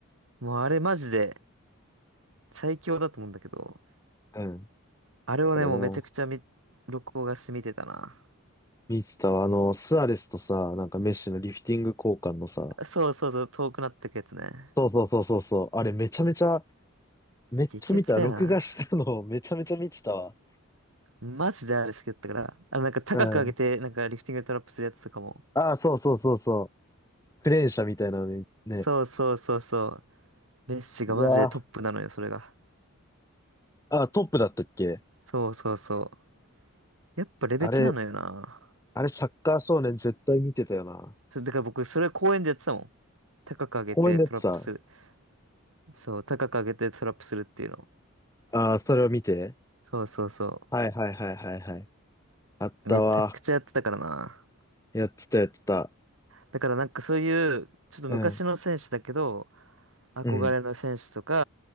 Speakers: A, on the right; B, on the left.
A: もうあれマジで最強だと思うんだけど。
B: うん。
A: あれをね、
B: あれな。
A: もうめちゃくちゃ見、録画して見てたな。
B: 見てたわ。あの、スアレスとさ、なんかメッシのリフティング交換のさ、
A: そうそうそう、遠くなってくやつね。
B: そうそうそうそうそう。あれめちゃめちゃ、めっちゃ見た。
A: 激アツだよな。
B: 録画したのを <laughs> めちゃめちゃ見てたわ。
A: マジであれ好きだったから。あの、なんか高く上げて、
B: うん。
A: なんかリフティングでトラップするやつとかも。
B: ああ、そうそうそうそう。クレーン車みたいなのに、ね。
A: そうそうそうそう。メッシがマジでトップなのよ、
B: うわ
A: それが。
B: あ。あー、トップだったっけ
A: そうそうそう。やっぱレベチなのよな。
B: あれ、あれサッカー少年絶対見てたよな。
A: そう、だから僕、それ公園でやってたもん。高く上げてトラップする。
B: 公園でやってた。
A: そう、高く上げてトラップするっていうの。
B: ああ、それを見て。
A: そうそうそ
B: はいはいはいはいはい。あったわ。
A: う。めちゃくちゃやってたからな。
B: やってたやってた。
A: だからなんかそういう、ちょっと昔の選手だけど、
B: うん。
A: 憧れの選手とか、
B: うん。